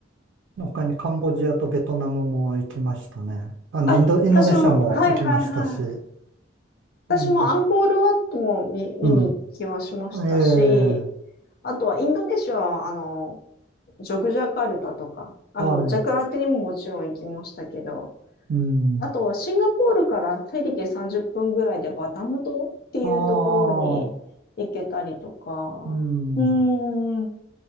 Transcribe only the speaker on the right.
他にカンボジアとベトナムも行きましたね。あの、
インド、インドネシアも行きましたし。
うん。
うん。ええ
は
い。うん。
ああ、うん。